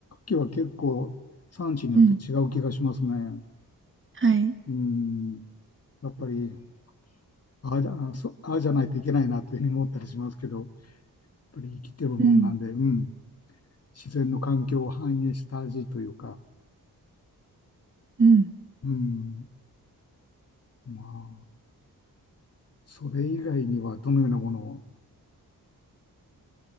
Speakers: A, on the left (about 45°); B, on the right (about 35°).
A: 牡蠣は結構産地によって違う気がしますね。
B: うん。はい。
A: うん。やっぱり、ああ、じゃあそうああじゃないといけないなというふうに思ったりしますけど、やっぱり生きてるもんなんで、
B: うん。
A: うん。自然の環境を反映した味というか、
B: うん。
A: うん、まあ、それ以外にはどのようなものを、